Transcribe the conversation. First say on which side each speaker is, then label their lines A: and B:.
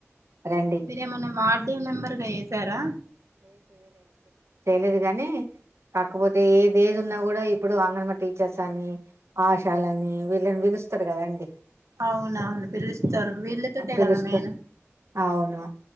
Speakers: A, on the right (about 65°); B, on the right (about 90°).
A: రే
B: మీరు ఏమన్నా వార్డు మెంబర్గా ఎసారా
A: చేయ్యలేదు గాని కాకపోతే ఏది ఏది ఉన్నా కూడా ఇప్పుడు అంగన్వడి టీచర్స్ అని ఆశాలని వీళ్ళని పిలుస్తారు కదాండి
B: అవునా పిలుస్తారు వీళ్ళతోటే
A: పిలుస్తారు
B: కదా మేన్
A: అవును